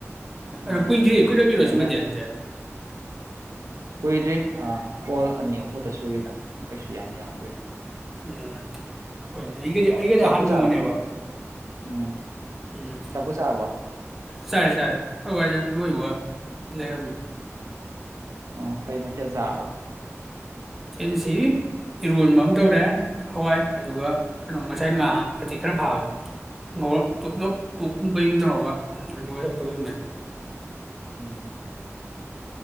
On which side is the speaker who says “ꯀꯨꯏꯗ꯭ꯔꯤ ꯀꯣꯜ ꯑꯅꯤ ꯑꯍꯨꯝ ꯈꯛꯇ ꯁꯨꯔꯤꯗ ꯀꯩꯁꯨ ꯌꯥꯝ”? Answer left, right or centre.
Right